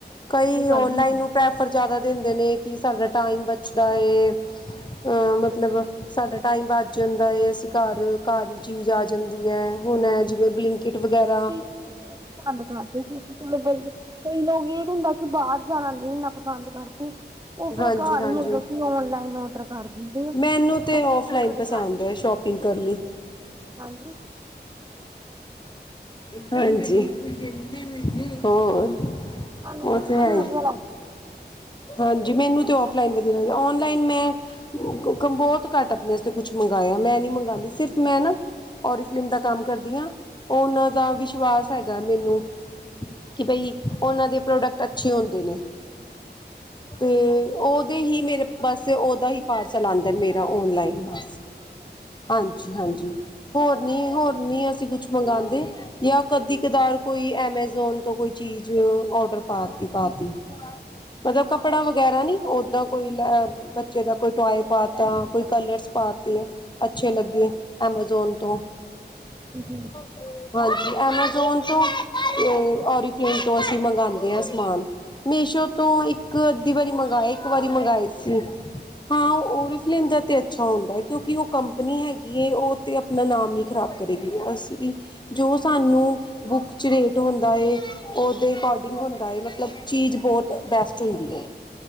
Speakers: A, on the left; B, on the right.
A: ਕਈ
B: ਇਹ ਗੱਲ
A: ਔਨ-ਲਾਈਨ
B: ਹੁੰਦੀ
A: ਨੂੰ ਪ੍ਰੈਫਰ ਜਿਆਦਾ ਦਿੰਦੇ ਨੇ, ਕਿ ਸਾਡਾ ਟਾਈਮ ਬਚਦਾ ਹੈ। ਅ ਮਤਲਬ, ਸਾਡਾ ਟਾਈਮ ਬਚ ਜਾਂਦਾ ਏ, ਅਸੀਂ ਘਰ, ਘਰ ਹੀ ਚੀਜ਼ ਆ ਜਾਂਦੀ। ਦੀ ਐ ਹੁਣ ਐ, ਜਿਵੇਂ ਬਲਿੰਕਿਟ ਵਗੈਰਾ
B: ਇਹ ਪਸੰਦ ਕਰਦੇ ਕਿ <unintelligible> ਕਈ ਲੋਕ ਇਹ ਹੁੰਦਾ, ਕਿ ਬਾਹਰ ਜਾਣਾ ਨਹੀਂ ਇੰਨਾ ਪਸੰਦ ਕਰਦੇ। ਉਹ ਫੇਰ
A: ਹਾਂਜੀ
B: ਘਰ,
A: ਹਾਂਜੀ
B: ਮਤਲਬ ਕੀ ਔਨ-ਲਾਈਨ ਔਡਰ ਕਰ ਦਿੰਦੇ। ਆ
A: ਮੈਨੂੰ ਤੇ ਔਫ-ਲਾਈਨ
B: ਫਿਰ ਘਰੇ
A: ਪਸੰਦ ਏ, ਸ਼ੋਪਿੰਗ ਕਰਨੀ।
B: ਹਾਂਜੀ।
A: ਹਾਂਜੀ, <unintelligible> ਹੋਰ?
B: ਸੋਨੂੰ
A: ਉਹ
B: ਓਫ
A: ਤੇ
B: ਲਾਇਨ
A: ਹੈ ਹੀ
B: ਵਧੀਆ ਲੱਗਦੇ।
A: ਹਾਂਜੀ, ਮੈਨੂੰ ਤੇ ਔਫ-ਲਾਈਨ ਵਧੀਆ ਲੱਗਦੀ ਏ, ਔਨ- ਲਾਈਨ ਮੈਂ, ਬਹੁਤ ਘਟ ਆਪਣੇ ਬਾਸਤੇ ਕੁਛ ਮੰਗਵਾਉਦੀ। ਮੰਗਵਾਆ, ਮੈਂ ਨੀ ਮੰਗਾਉਂਦੀ, ਸਿਰਫ ਮੈਂ ਨਾ ਔਰੀਫਲਿਮ ਦਾ ਕੰਮ ਕਰਦੀ ਆ, ਂ ਉਨਾਂ ਦਾ ਵਿਸ਼ਵਾਸ ਹੈਗਾ ਮੈਨੂੰ। ਕਿ ਬਾਈ ਉਹਨਾਂ ਦੇ ਪਰੋਡੈਕਟ ਅੱਛੇ ਹੁੰਦੇ ਨੇ। ਤੇ ਉਹ ਦੇ ਹੀ ਮੇਰੇ ਬਸ ਓਦਾ ਹੀ ਪਾਰਸਲ ਆਦਾ ਮੇਰਾ ਓਨ-ਲਾਈਨ ਦਾ। ਹਾਂਜੀ- ਹਾਂਜੀ, ਹੋਰ ਨਹੀਂ, ਹੋਰ ਨਹੀਂ, ਅਸੀਂ ਕੁਛ ਮੰਗਾਦੇ। ਜਾ ਕਦੀ-ਕਦਾਰ ਕੋਈ, ਐਮਾਜ਼ੋਨ ਤੋਂ ਕੋਈ ਚੀਜ ਆਰਡਰ ਪਾਤੀ- ਪਾਤੀ। ਮਤਲਬ ਕੱਪੜਾ ਵਗੈਰਾ ਨੀ, ਓਦਾਂ ਕੋਈ ਲ ਬੱਚੇ ਦਾ ਕੋਈ ਟੋਏ ਪਾ ਤਾਂ, ਕੋਈ ਕਲਰਸ ਪਾ ਤੇ। ਅੱਛੇ ਲੱਗੇ ਐਮਾਜੌਣ ਤੋਂ।
B: ਹ <inaudible>
A: <unintelligible> ਹਾਂਜੀ, ਐਮਾਜ਼ੋਨ ਤੋਂ, ਤੇ ਓਰੀਫਲੇਨ ਤੋਂ, ਅਸੀਂ ਮੰਗਾਉਂਦੇ ਹਾਂ ਸਮਾਨ। ਮੀਸੋ਼ ਤੋਂ ਇੱਕ- ਅੱਧੀ ਵਾਰੀ ਮੰਗਾਏ, ਇੱਕ ਵਾਰੀ ਮੰਗਾਏ ਸੀ। ਹਾਂ ਓਰੀਫਲੇਮ ਦਾ ਤੇ ਅੱਛਾ ਹੁੰਦਾ, ਕਿਉਂਕਿ ਉਹ ਕੰਪਨੀ ਹੈਗੀ ਉਹ ਤੇ ਆ ਨਾਮ ਨੀ ਖ਼ਰਾਬ ਕਰੇਗੀ ਅਸੀਂ, ਜੋ ਸਾਨੂੰ ਬੁੱਕ 'ਚ ਰੇਟ ਹੁੰਦਾ ਏ ਉਹਦੇ ਅਕੋਡਿੰਗ ਹੁੰਦਾ ਹੈ, ਮਤਲਬ ਚੀਜ਼ ਬਹੁਤ ਬੈਸਟ ਹੁੰਦੀ ਹੈ।